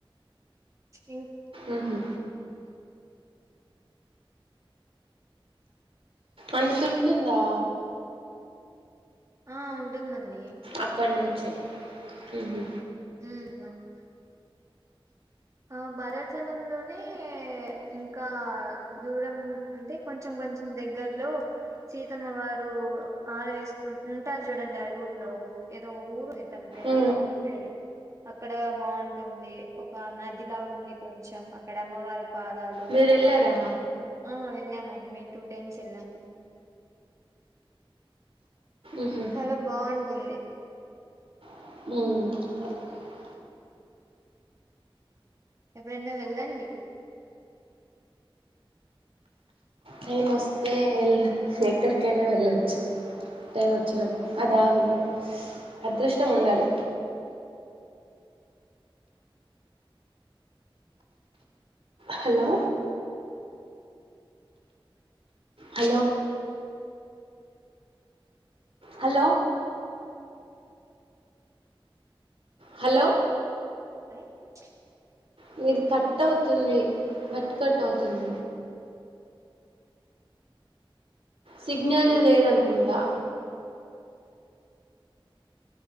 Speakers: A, on the right (about 35°); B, on the right (about 85°).
A: ఇన్
B: ఊహూ అంతుంటుందా
A: ఆ ఉంటుందండి
B: అక్కన్ చే హ్మ్ హు
A: మ్మ్ అవును ఆ భరాచలంలోనే ఇంకా దూరం అంటే కొంచెం కొంచెం దగ్గరలో సీతమ్మ వారు ఆడ వేసుకు ఉంటారు చూడండి అడవులో ఏదో ఊరుంది తన పే
B: ఉ
A: ఆ ఊరి పేరు ఏ అక్కడ బాగుంటుంది ఒక నదిలా ఉంది కొంచెం అక్కడ అమ్మవారికి పాదాలు
B: మీరు వెళ్ళారా
A: ఆ వెళ్ళాం అన్ మేము టూ టైమ్స్ వెళ్ళాము
B: ఉహు
A: చాలా బాగుంటుంది
B: మ్మ్
A: ఎప్పుడైనా వెళ్ళండి
B: టైం వస్తే వెళ్ళ ఎక్కడికైనా వెళ్ళచ్చు టైం వచ్చినప్పు అది ఆగదు అదృష్టం ఉండాలి హలో హలో హలో హలో
A: <unintelligible>
B: మీది కట్ అవుతుంది కట్ కట్ అవుతుంది సిగ్నల్ లేదనుకుంటా